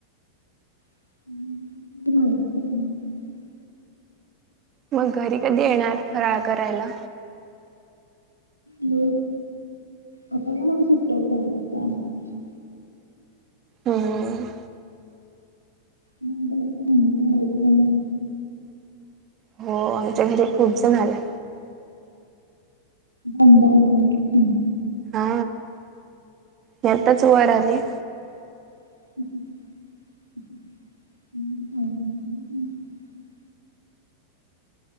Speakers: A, on the left; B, on the right.
A: <unintelligible>
B: मग घरी कधी येणार? फराळ करायला!
A: ब आता का मला सुट्ट चालला <unintelligible>
B: हम्म...
A: मंग कालत <unintelligible>
B: हो आमच्या घरी खूप झालं.
A: बबत <unintelligible>
B: हा, मी आत्ताच वर आले.
A: हम् <unintelligible>